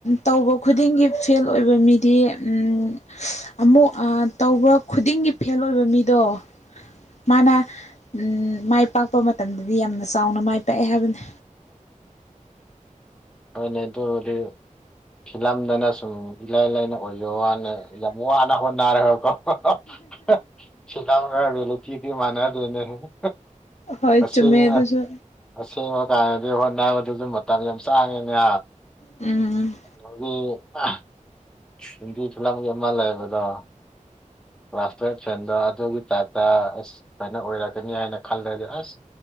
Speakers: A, on the left; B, in the centre.
A: ꯇꯧꯕ ꯈꯨꯗꯤꯡꯒꯤ ꯐꯦꯜ ꯑꯣꯏꯕ ꯃꯤꯗꯤ ꯎꯝ ꯁ ꯑꯃꯨꯛ ꯑꯥ ꯇꯧꯕ ꯈꯨꯗꯤꯡꯒꯤ ꯐꯦꯜ ꯑꯣꯏꯕ ꯃꯤꯗꯣ ꯃꯥꯅ ꯎꯝ ꯃꯥꯏ ꯄꯥꯛꯄ ꯃꯇꯝꯗꯗꯤ ꯌꯥꯝꯅ ꯆꯥꯎꯅ ꯃꯥꯏ ꯄꯥꯛꯑꯦ ꯍꯥꯏꯕꯅꯤ꯫
B: ꯍꯣꯏꯅꯦ ꯑꯗꯨꯕꯨꯗꯤ ꯐꯤꯂꯝꯗꯅ ꯁꯨꯝ ꯏꯂꯥꯏ ꯂꯥꯏꯅ ꯑꯣꯏꯖ ꯋꯥꯅꯦ ꯌꯥꯝ ꯋꯥꯅ ꯍꯣꯠꯅꯔꯒꯀꯣ ꯍꯥꯍꯥ ꯍꯥ ꯐꯤꯂꯝ ꯍ ꯕꯤꯂꯇꯗꯤ ꯃꯅꯥꯗꯣꯌꯅꯦ ꯍꯥꯍꯥ
A: ꯍꯣꯏ
B: ꯑꯁꯦꯡꯕ
A: ꯆꯨꯝꯃꯦ ꯑꯗꯨꯁꯨ
B: ꯑꯁꯦꯡꯕ ꯀꯥꯟꯗꯗꯤ ꯍꯣꯠꯅꯕꯗꯖꯨ ꯃꯇꯝ ꯌꯥꯝ ꯆꯥꯡꯉꯤꯅꯦ꯫
A: ꯎꯝ
B: <unintelligible> ꯍꯤꯟꯗꯤ ꯐꯤꯂꯝꯒꯤ ꯑꯃ ꯂꯩꯕꯗꯣ꯫ ꯀ꯭ꯂꯥꯁ ꯇꯨꯌꯦꯞ ꯐꯦꯟꯗꯣ ꯑꯗꯨꯒꯤ ꯇꯥꯏꯞꯇ ꯑꯁ ꯁꯥꯏꯅ ꯑꯣꯏꯔꯛꯀꯅꯤ ꯍꯥꯏꯅ ꯈꯜꯂꯗꯤ ꯑꯁ